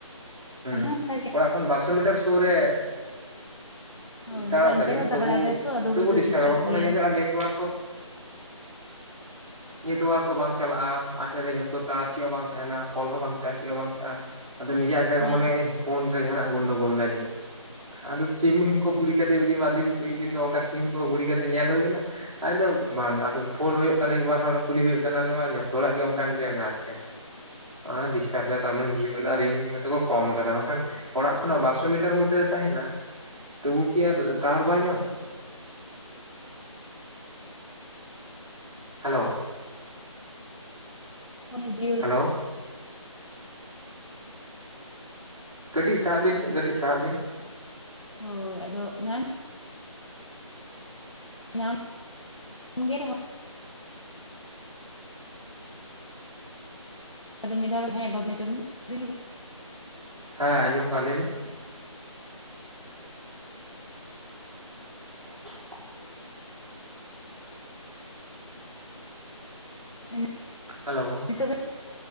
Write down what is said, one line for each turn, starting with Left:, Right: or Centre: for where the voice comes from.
Right: ᱦᱮᱸ
Left: ᱟᱞᱮ ᱦᱚᱸ ᱚᱱᱠᱟ ᱜᱮ
Right: ᱚᱲᱟᱜ ᱠᱷᱚᱱ ᱵᱟᱨᱥᱚ ᱢᱤᱴᱟᱨ ᱥᱩᱨ ᱨᱮ,
Left: ᱦᱳᱭ
Right: ᱴᱟᱣᱟᱨ
Left: ᱟᱫᱚ ᱮᱱᱛᱮ
Right: ᱛᱟᱞᱤᱧ
Left: ᱨᱮᱦᱚᱸ
Right: ᱛᱚᱵᱩ
Left: ᱫᱟᱜ ᱵᱟᱲᱟᱭ ᱫᱟᱭ ᱛᱚ ᱟᱫᱚ
Right: ᱛᱚᱵᱩ
Left: ᱠᱟᱹᱡ ᱫᱚ
Right: ᱰᱤᱥᱴᱟᱵᱟ᱾
Left: ᱰᱤᱥᱴᱟᱵ
Right: ᱠᱚᱠᱷᱚᱱᱳ
Left: ᱜᱮᱭᱟᱭ
Right: ᱧᱮᱞ ᱦᱩᱭᱩᱜᱼᱟ ᱱᱮᱴᱣᱟᱨᱠ ᱠᱚ, ᱱᱮᱴᱣᱟᱨᱠ ᱠᱚ ᱵᱟᱝ ᱪᱟᱞᱟᱜᱼᱟ, ᱟᱪᱷᱠᱟᱜᱮ ᱡᱷᱚᱛᱚ ᱴᱟᱣᱟᱨ ᱪᱮᱫ ᱦᱚᱸ ᱵᱟᱝ ᱛᱟᱸᱦᱮᱱᱟ, ᱠᱚᱞ ᱦᱚᱸ ᱵᱟᱝ ᱪᱟᱜᱼᱟ, ᱪᱮᱫ ᱦᱚᱸ ᱵᱟᱝ ᱪᱟᱜᱼᱟ᱾ ᱟᱫᱚ ᱱᱤᱡᱮ-ᱟᱡᱠᱟ ᱠᱚ
Left: ᱦᱮᱸ
Right: ᱢᱚᱱᱮ-ᱮᱭ ᱯᱷᱳᱱ ᱨᱮ ᱡᱟᱦᱟᱱᱟᱜ ᱜᱚᱱᱰᱳ ᱜᱳᱞ ᱫᱟᱭ ᱡᱟᱹᱱᱤᱡ᱾ ᱟᱫᱚ ᱥᱤᱢ ᱢᱤᱢ ᱠᱚ ᱵᱷᱩᱲᱤ ᱠᱟᱛᱮ ᱢᱤᱫ ᱫᱤᱱ ᱵᱟᱨ ᱫᱤᱱ ᱢᱤᱫ ᱫᱤᱱ ᱫᱚ ᱚᱱᱠᱟ ᱥᱤᱢ ᱠᱚ ᱵᱷᱩᱲᱤ ᱠᱟᱛᱮ ᱧᱮᱞ ᱦᱩᱭᱮᱱᱟ᱾ ᱟᱫᱚ ᱵᱟᱝ ᱟᱫᱚ ᱯᱷᱳᱱ ᱦᱳᱭᱳᱜ ᱠᱟᱱᱟ ᱢᱤᱫᱵᱟᱨ ᱦᱚᱲ ᱠᱩᱞᱤ ᱦᱳᱭᱳᱜ ᱠᱟᱱᱟ ᱟᱫᱚ ᱵᱟᱝ ᱡᱷᱚᱛᱚ ᱦᱚᱲᱟᱜ ᱜᱮ ᱚᱱᱠᱟᱱ ᱜᱮᱭᱟ ᱢᱮᱱᱫᱟ ᱟᱪᱷᱟ᱾ ᱚᱱᱟ ᱰᱤᱥᱴᱟᱵ ᱫᱟᱭ ᱛᱟᱨᱢᱟᱱᱮ ᱡᱤᱭᱳ ᱨᱮᱱᱟᱜ ᱨᱮᱸᱱᱡ ᱦᱚᱭᱛᱚ ᱠᱚ ᱠᱚᱢ ᱠᱟᱫᱟ ᱵᱟᱝᱠᱷᱟᱱ? ᱚᱲᱟᱜ ᱠᱷᱚᱱᱟᱜ ᱵᱟᱨᱥᱚ ᱢᱤᱴᱟᱨ ᱢᱚᱫᱽᱫᱷᱮ ᱨᱮ ᱛᱟᱸᱦᱮᱱᱟ, ᱛᱩᱵᱩ ᱠᱤ ᱟᱨ ᱴᱟᱣᱟᱨ ᱵᱟᱭ ᱧᱟᱢᱟ᱾ ᱦᱮᱞᱳ,
Left: ᱯᱳᱱᱮ ᱡᱤᱭᱛ
Right: ᱦᱮᱞᱳ, ᱠᱟᱹᱴᱤᱡ ᱥᱟᱦᱟᱜ ᱵᱤᱱ ᱥᱮ, ᱠᱟᱹᱴᱤᱡ ᱥᱟᱦᱟᱜ ᱵᱤᱱ᱾
Left: ᱦᱳᱭ ᱟᱫᱚ ᱧᱟᱢ ᱧᱟᱢ ᱜᱮ ᱨᱮᱦᱚᱸ, <inaudible> ᱟᱫᱚ ᱢᱤᱫ ᱫᱷᱟᱣ ᱦᱮᱸ ᱵᱟᱵᱤᱱ ᱡᱚᱢ ᱧᱩ, <inaudible>
Right: ᱦᱮᱸ ᱟᱸᱡᱚᱢᱚᱜ ᱠᱟᱱᱟ ᱞᱟᱹᱭᱵᱤᱱ? <unintelligible>
Left: <inaudible>
Right: ᱦᱮᱞᱳ,
Left: ᱱᱤᱛᱚᱜ